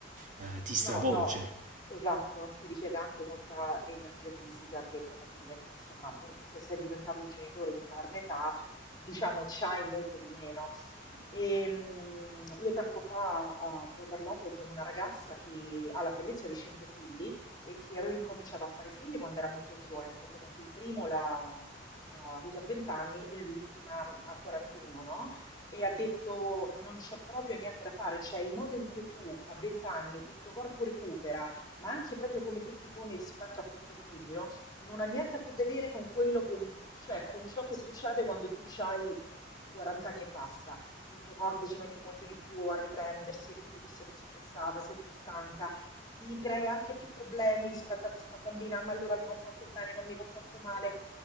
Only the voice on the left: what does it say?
No, no, esatto, ti richiede anche molta energia fisica che probabilmente, insomma, appunto, se sei diventato genitore in tarda età, diciamo, c'hai molto di meno. E, mm, io tempo fa ah, avevo parlato con una ragazza che ha la bellezza di cinque figli e che aveva incominciato a fare figli quando era molto giovane, tipo fai conto il primo l'ha ha avuto a 20 anni e l'ultima a 41, no? e ha detto non c'è proprio niente da fare, cioè il modo in cui tu a 20 anni il tuo corpo recupera, ma anche proprio come tu ti poni rispetto a questo figlio, non ha niente a che vedere con quello, con, cioè con ciò che succede quando tu hai 40 anni e passa. Il tuo corpo ci mette molto di più a riprendersi e quindi tu sei più stressata, sei più stanca. Ti crei anche più problemi rispetto a questa bambina, ma allora mi comporto bene, non mi comporto male.